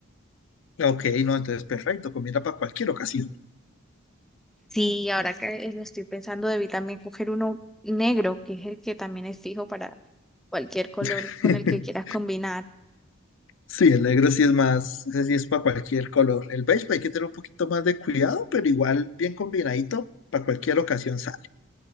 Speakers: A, on the left; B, in the centre.
A: ok, no, entonces perfecto, combina para cualquier ocasión.
B: Sí, ahora que lo estoy pensando, debí también coger uno negro, que es el que también es fijo para cualquier color
A: <laughs>
B: con el que quieras combinar.
A: Sí, el negro sí es más, ese sí es para cualquier color. El beige hay que tener un poquito más de cuidado, pero igual bien combinadito, para cualquier ocasión sale.